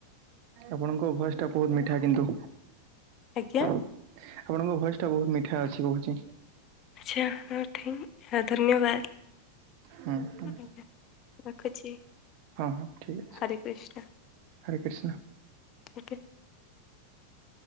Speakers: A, on the right; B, on the left.
A: ଆପଣଙ୍କ ଭଏସ ଟା ବହୁତ ମିଠା କିନ୍ତୁ।
B: ଆଜ୍ଞା।
A: ଆପଣଙ୍କ ଭଏସ ଟା ବହୁତ ମିଠା ଅଛି କହୁଛି।
B: <unintelligible> ଧନ୍ୟବାଦ।
A: ହଁ ହଁ।
B: ଆଜ୍ଞା ରଖୁଛି
A: ହଁ ଠିକ୍ ଅଛି
B: ହରେ କୃଷ୍ଣ।
A: ହରେ କୃଷ୍ଣ।
B: ଉତେ।